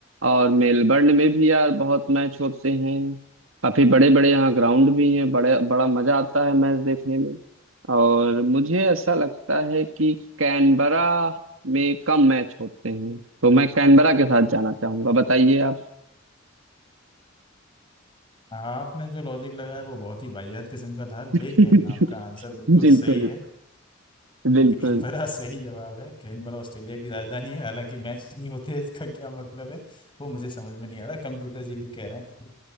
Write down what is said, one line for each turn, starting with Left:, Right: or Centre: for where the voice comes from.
Right: और मेलबर्न में भी यार बहुत मैच होते हैं काफी बड़े बड़े यहाँ ग्राउंड भी हैं बड़े बड़ा मजा आता है मैच देखने में और मुझे ऐसा लगता है कि कैनबरा में कम मैच होते हैं तो मैं कैनबरा के साथ जाना चाहूंगा बताइए आप
Left: आपने जो लॉजिक लगाया वो बहुत ही वाहियात किस्म का था लेकिन
Right: <laughs>
Left: आपका आंसर बिल्कुल
Right: बिल्कुल
Left: सही है
Right: बिल्कुल
Left: कैनबरा सही जवाब है कैनबरा ऑस्ट्रेलिया की राजधानी है हालांकि मैच नहीं होते इसका क्या मतलब है वो मुझे समझ में नहीं आ रहा कंप्यूटर जी भी कह रहे हैं